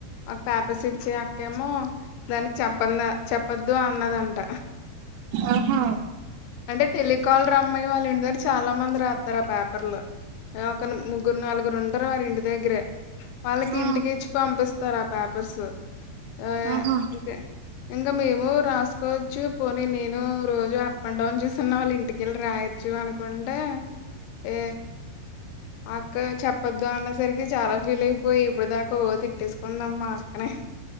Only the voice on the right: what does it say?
ఆహా
ఆ
ఆహా